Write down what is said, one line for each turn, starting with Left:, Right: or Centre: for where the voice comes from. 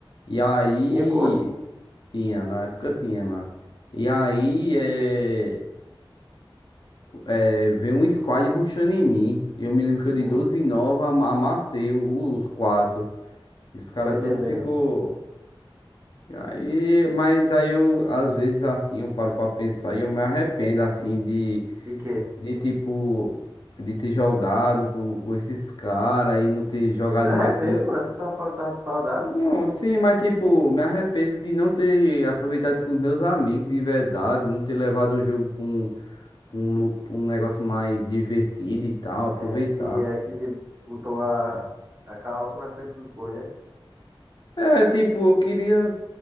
Left: E aí
Right: Tinha coach?
Left: tinha, na época tinha lá. E aí é, é, veio um squad rushando em mim. E eu me lembro
Right: Sim,
Left: que eu de 12 e 9 ama- amassei o- os quatro. E os caras
Right: tô entendendo.
Left: tudo ficou. E Aí, mas aí eu, às vezes, assim, eu paro pra pensar e eu me arrependo, assim, de,
Right: De quê?
Left: de tipo, de ter jogado com, com esses caras e não ter jogado
Right: Se arrepende,
Left: mais com meu...
Right: mano. Tu tava falando que tava com saudade?
Left: Não, sim, mas tipo, me arrependo de não ter aproveitado com os meus amigos de verdade, não ter levado o jogo pra um, pra um, lu- pra um negócio mais divertido e tal, aproveitar.
Right: É, porque é, queria, botou a, a carroça na frente dos bois, né? <laughs>
Left: É, tipo, eu queria,